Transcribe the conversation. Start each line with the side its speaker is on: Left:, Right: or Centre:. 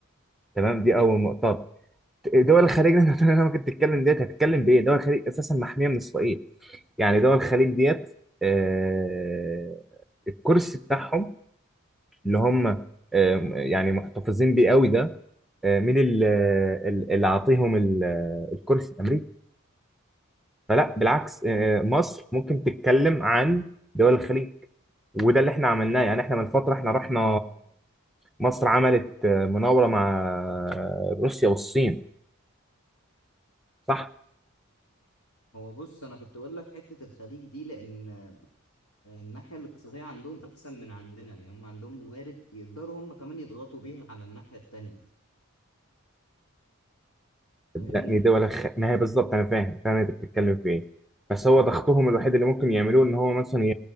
Centre: تمام دي أول نقطة دول الخليج اللي انت ممكن تتكلم ديت هتتكلم بايه؟ دول الخليج اساسا محميه من اسرائيل يعني دول الخليج ديت آه، الكرسي بتاعهم اللي هم آه، يعني محتفظين بيه قوي ده آه، مين ال- آه، ال- اللي عاطيهم ال- الكرسي امريكا فلا بالعكس آه، مصر ممكن تتكلم عن دول الخليج وده اللي احنا عملناه يعني احنا من فتره احنا رحنا مصر عملت آه، مناوره مع آه، روسيا والصين صح
Left: هو بص انا كنت اقول لك حته الخليج دي لان الناحية الاقتصادية عندهم أحسن من عندنا يعني هم عندهم موارد يقدروا هم كمان يضغطوا بيها على الناحية التانية فاهمني؟
Centre: لا دي ولا خ... ما هي بالظبط انا فاهم فاهم انت بتتكلم في ايه بس هو ضغطهم الوحيد اللي ممكن يعملوه ان هو مثلا ي...